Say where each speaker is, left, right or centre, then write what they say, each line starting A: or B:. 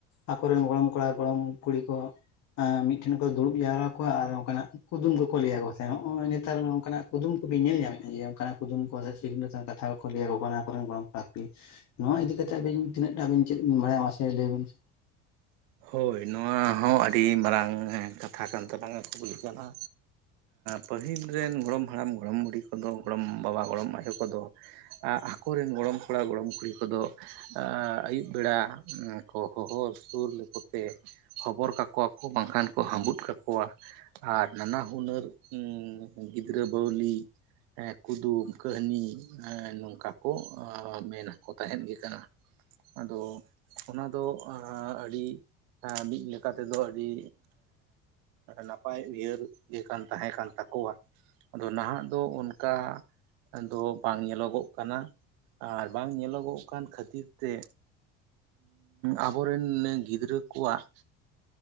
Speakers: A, on the left (about 60°); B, on the right (about 80°).
A: ᱟᱠᱚᱨᱮᱱ ᱜᱚᱲᱚᱢ ᱠᱚᱲᱟ ᱜᱚᱲᱚᱢ ᱠᱩᱲᱤ ᱠᱚ ᱢᱤᱫ ᱴᱷᱮᱱ ᱠᱚ ᱫᱩᱲᱩᱵ ᱡᱟᱣᱨᱟ ᱠᱚᱣᱟ ᱟᱨ ᱚᱱᱠᱟᱱᱟᱜ ᱠᱩᱫᱩᱢ ᱠᱚᱠᱚ ᱞᱟᱹᱭᱟ ᱚᱠᱚ ᱛᱟᱦᱮᱸᱱ ᱱᱚᱜᱼᱚᱭ ᱱᱮᱛᱟᱨ ᱝᱠᱟᱱᱟᱜ ᱠᱩᱫᱩᱢ ᱠᱚᱵᱤᱱ ᱧᱮᱞ ᱧᱟᱢᱮᱫ-ᱟ ᱡᱮ ᱚᱱᱠᱟᱱᱟᱜ ᱠᱩᱫᱩᱢ ᱠᱚ <unintelligible> ᱠᱟᱛᱷᱟ ᱠᱚ ᱞᱟᱭᱟ ᱚᱠᱚ ᱠᱚᱱᱟ ᱟᱠᱚᱨᱮᱱ ᱜᱚᱲᱚᱢ ᱠᱚᱲᱟ ᱠᱩᱲᱤ ᱱᱚᱣᱟ ᱤᱫᱤ ᱠᱟᱛᱮᱫ ᱟᱹᱵᱤᱱ ᱛᱤᱱᱟᱹᱜ ᱴᱟᱜ ᱪᱮᱫ ᱵᱤᱱ ᱵᱟᱲᱟᱭᱟ ᱢᱟᱥᱮ ᱞᱟᱹᱭ ᱵᱤᱱ ᱥᱮ
B: ᱦᱳᱭ ᱱᱚᱣᱟ ᱦᱚᱸ ᱟᱹᱰᱤ ᱢᱟᱨᱟᱝ ᱮᱸ ᱠᱟᱛᱷᱟ ᱠᱟᱱ ᱛᱟᱞᱟᱝᱟ ᱠᱩᱠᱞᱤ ᱠᱟᱱᱟ᱾ ᱯᱟᱹᱦᱤᱞ ᱨᱮᱱ ᱜᱚᱲᱚᱢ ᱦᱟᱲᱟᱢ ᱜᱚᱲᱚᱢ ᱵᱩᱲᱦᱤ ᱠᱚᱫᱚ ᱜᱚᱲᱚᱢ ᱵᱟᱵᱟ ᱜᱚᱲᱚᱢ ᱟᱭᱳ ᱠᱚᱫᱚ ᱟᱠᱚ ᱨᱮᱱ ᱜᱚᱲᱚᱢ ᱠᱚᱲᱟ ᱜᱚᱲᱚᱢ ᱠᱩᱲᱤ ᱠᱚᱫᱚ ᱟᱹᱭᱩᱵ ᱵᱮᱲᱟ ᱠᱚ ᱦᱚᱦᱚ ᱥᱩᱨ ᱠᱚᱛᱮ ᱦᱚᱵᱚᱨ ᱠᱟᱠᱚᱣᱟ ᱠᱚ, ᱵᱟᱝᱠᱷᱟᱱ ᱠᱚ ᱦᱟᱵᱩᱫ ᱠᱟᱠᱚᱣᱟ᱾ ᱟᱨ ᱱᱟᱱᱟ ᱦᱩᱱᱟᱹᱨ ᱜᱤᱫᱨᱟᱹ ᱵᱟᱹᱣᱞᱤ ᱠᱩᱫᱩᱢ, ᱠᱟᱹᱦᱟᱱᱤ ᱱᱚᱝᱠᱟ ᱠᱚ ᱢᱮᱱᱟᱠᱚ ᱛᱟᱦᱮᱸᱫ ᱜᱤᱫᱽᱨᱟᱹ᱾ ᱟᱫᱚ ᱚᱱᱟ ᱫᱚ ᱟᱹᱰᱤ ᱢᱤᱫ ᱞᱮᱠᱟ ᱛᱮ ᱫᱚ ᱟᱹᱰᱤ ᱱᱟᱯᱟᱭ ᱩᱭᱦᱟᱹᱨ ᱜᱮ ᱠᱟᱱ ᱛᱟᱦᱮᱸ ᱠᱟᱱ ᱛᱟᱠᱚᱣᱟ᱾ ᱟᱫᱚ ᱱᱟᱦᱟᱜ ᱫᱚ ᱚᱱᱠᱟ ᱟᱫᱚ ᱵᱟᱝ ᱧᱮᱞᱚᱜᱚᱜ ᱠᱟᱱᱟ ᱟᱨ ᱵᱟᱝ ᱧᱮᱞᱚᱜᱚᱜ ᱠᱟᱱ ᱠᱷᱟᱹᱛᱤᱨ ᱛᱮ ᱟᱵᱚ ᱨᱮᱱ ᱜᱤᱫᱽᱨᱟᱹ ᱠᱚᱣᱟᱜ